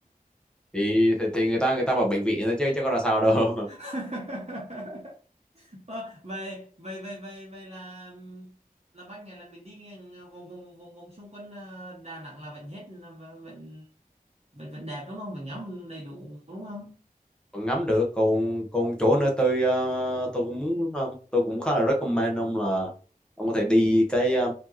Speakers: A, in the centre; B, on the right (about 45°).
A: thì, thì thì người ta người ta vào bệnh viện thôi chứ chứ có ra sao đâu <laughs>
B: <laughs> Ờ, vậy vậy vậy vậy vậy là ừm, là ban ngày là mình đi ngang, ờ, vòng vòng vòng vòng xung quanh ờ, Đà Nẵng là vẫn hết là vẫn vẫn vẫn vẫn đẹp đúng không mình ngắm đầy đủ đúng không
A: còn ngắm được còn còn chỗ nữa tôi ờ, tôi cũng muốn ờ, tôi cũng khá là recommend ông là ông có thể đi cái ờ,